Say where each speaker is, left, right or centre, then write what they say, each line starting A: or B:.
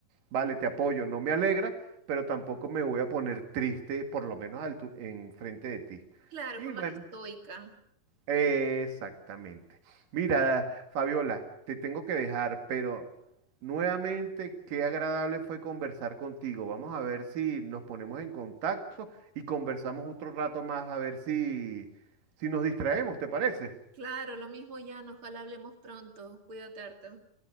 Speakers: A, on the right; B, on the right.
A: vale, te apoyo, no me alegra, pero tampoco me voy a poner triste, por lo menos al tu- en frente de ti.
B: Claro,
A: Y
B: fue más
A: bueno,
B: estoica.
A: exactamente. Mira,
B: Claro,
A: Fabiola, te tengo que dejar, pero nuevamente qué agradable fue conversar contigo. Vamos a ver si nos ponemos en contacto y conversamos otro rato más a ver si si nos distraemos, ¿te parece?
B: claro, lo mismo, Jan. Ojalá hablemos pronto. Cuídate harto.